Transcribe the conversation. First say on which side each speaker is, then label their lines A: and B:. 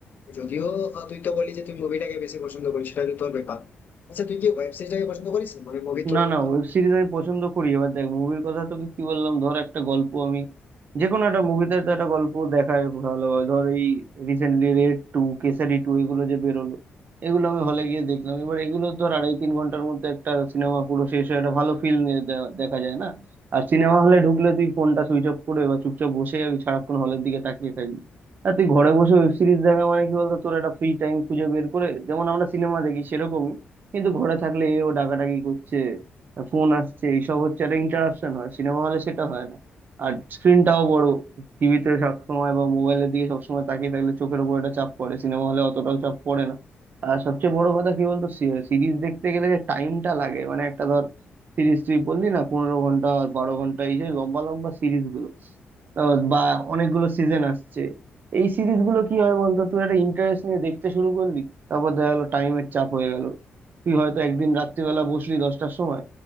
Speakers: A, on the left; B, on the right.
A: যদিও আহ, তুই তো বলি যে তুই মুভিটাকে বেশি পছন্দ করিস সেটা তো তোর ব্যাপার আচ্ছা তুই কি ওয়েব সিরিজটাকে পছন্দ করিস মানে মুভি তুলনায়
B: না না ওয়েব সিরিজ আমি পছন্দ করি এবার দেখ মুভির কথা তোকে কি বললাম ধর একটা গল্প আমি যে কোনো একটা মুভিতে তো একটা গল্প দেখায় ভালোভাবে ধর এই recently Raid two Kesari two এগুলো যে বেরোলো এগুলো আমি হলে গিয়ে দেখলাম এবার এগুলো ধর আড়াই তিন ঘন্টার মধ্যে একটা সিনেমা পুরো শেষ হয়ে একটা ভালো ফিল্ম দেখা যায় না আর সিনেমা হলে ঢুকলে তুই ফোনটা সুইচ অফ করে এবার চুপচাপ বসে যাবি সারাক্ষণ হলের দিকে তাকিয়ে থাকবি আর তুই ঘরে বসে ওয়েব সিরিজ দেখা মানে কি বলতো তোর একটা ফ্রি টাইম খুঁজে বের করে যেমন আমরা সিনেমা দেখি সেরকমই কিন্তু ঘরে থাকলে এ ও ডাকাডাকি করছে ফোন আসছে এইসব হচ্ছে একটা ইন্টারাকশন হয় সিনেমা হলে সেটা হয় না আর স্ক্রিনটাও বড় টিভিতে সবসময় বা মোবাইলের দিকে সবসময় তাকিয়ে থাকলে চোখের উপর একটা চাপ পড়ে সিনেমা হলে অতটাও চাপ পড়ে না আর সবচেয়ে বড় কথা কি বলতো সিরিজ দেখতে গেলে যে টাইমটা লাগে মানে একটা ধর সিরিজ তুই বললি না পনেরো ঘন্টা আর বারো ঘন্টা এই যে লম্বা লম্বা সিরিজগুলো আহ বা অনেকগুলো সিজন আসছে এই সিরিজগুলো কি হয় বলতো তুই একটা ইন্টারেস্ট নিয়ে দেখতে শুরু করলি তারপর দেখা গেলো টাইমের চাপ হয়ে গেল তুই হয়তো একদিন রাত্রিবেলা বসলি দশটার সময়